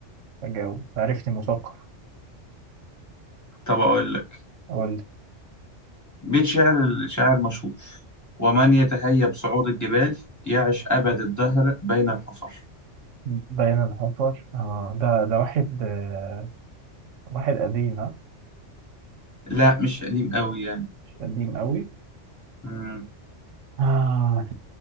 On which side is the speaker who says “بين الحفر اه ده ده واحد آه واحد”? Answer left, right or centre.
Right